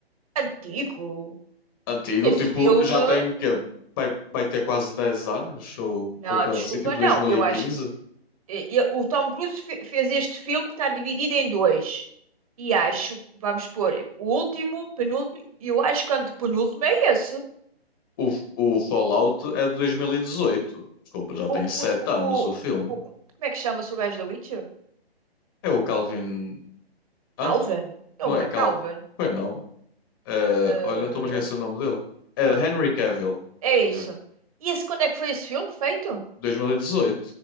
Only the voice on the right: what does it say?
Antigo.
Esse
filme.
Não,
desculpa,
não. Eu acho. eh, ele- o Tom Cruise fe- fez este filme que está dividido em dois. E acho, vamos pôr, o último, penúltimo, e eu acho que o antepenúltimo é esse.
O,
o,
o-
o- como é que chama-se o gajo da Witcher?
Calvin. Ele
não
é
Calvin.
Eh,
ah,
é isso.
E esse, quando é que foi esse filme feito?